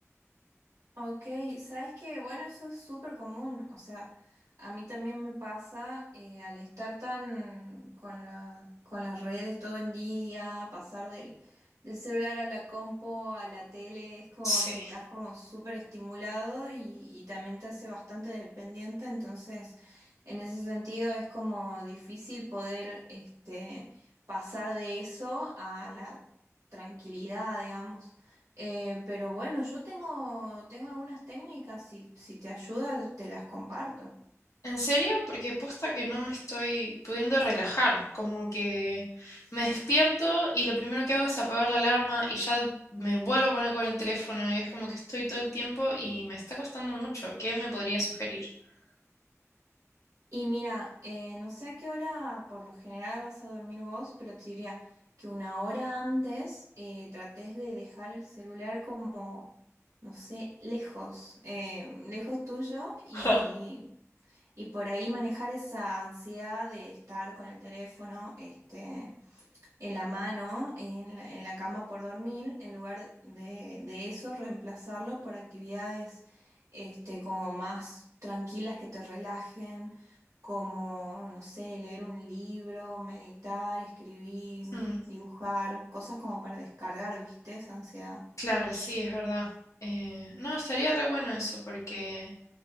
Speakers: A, on the right; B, on the left.
A: Ok, sabes que, bueno, eso es súper común, o sea, a mí también me pasa eh, al estar tan con la- con las redes todo el día, pasar del, del celular a la compo, a la tele, es como
B: Sí.
A: que estás como súper estimulado y, y también te hace bastante dependiente, entonces en ese sentido es como difícil poder este, pasar de eso a la tranquilidad, digamos. Eh, pero bueno, yo tengo, tengo algunas técnicas, si, si te ayuda, te las comparto.
B: ¿En serio? Porque posta que no me estoy pudiendo relajar, como que me despierto y lo primero que hago es apagar la alarma y ya me vuelvo a poner con el teléfono y es como que estoy todo el tiempo y me está costando mucho. ¿Qué me podría sugerir? <laughs>
A: Y mira, eh, no sé a qué hora por lo general vas a dormir vos, pero te diría que una hora antes eh, trates de dejar el celular como, no sé, lejos, eh, lejos tuyo y,
B: Ja.
A: y por ahí manejar esa ansiedad de estar con el teléfono, este. en la mano, en la, en la cama por dormir, en lugar de, de eso, reemplazarlo por actividades este, como más tranquilas que te relajen, como, no sé, leer un libro, meditar, escribir,
B: Mm,
A: dibujar, cosas como para descargar, ¿viste? Esa ansiedad.
B: claro, sí, es verdad. Eh, no, estaría re bueno eso, porque